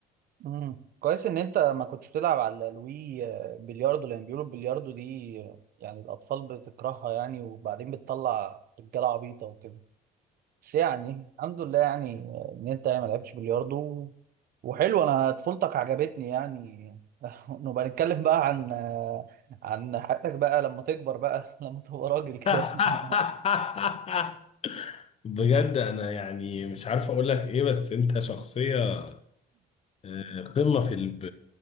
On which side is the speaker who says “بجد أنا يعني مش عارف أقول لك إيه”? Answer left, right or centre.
Left